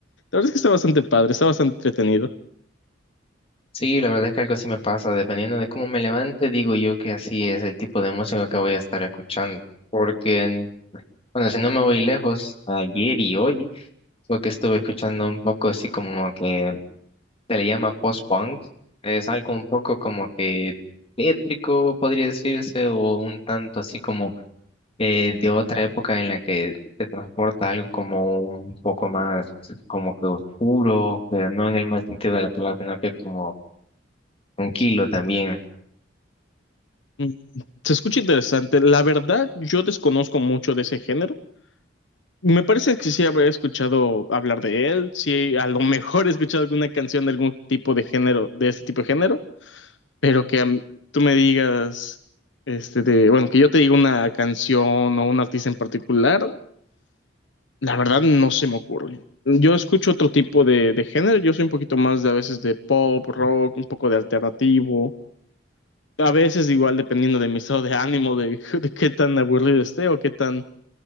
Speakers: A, on the left (about 75°); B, on the left (about 30°).
A: verdad es que está bastante padre, está bastante entretenido.
B: Sí, la verdad es que algo así me pasa, dependiendo de cómo me levante, digo yo que así es el tipo de música que voy a estar escuchando, porque, en- bueno, si no me voy lejos, ayer y hoy. Porque estuve escuchando un poco así como que se le llama post-punk. Es algo un poco como que tétrico, podría decirse, o un tanto así como eh, de otra época en la que te transporta algo como un poco más como que oscuro, pero no en el mal sentido de la palabra, sino que como tranquilo también.
A: Mm, Se escucha interesante. La verdad, yo desconozco mucho de ese género. Me parece que sí habré escuchado hablar de él, sí, a lo <laughs> mejor he escuchado alguna canción de algún tipo de género, de este tipo de género, pero que am- tú me digas, este, de, bueno, que yo te diga una canción o un artista en particular, la verdad no se me ocurre. Yo escucho otro tipo de, de género, yo soy un poquito más de a veces de pop, rock, un poco de alternativo. A veces igual dependiendo de mi estado de ánimo, de, <laughs> de qué tan aburrido esté o qué tan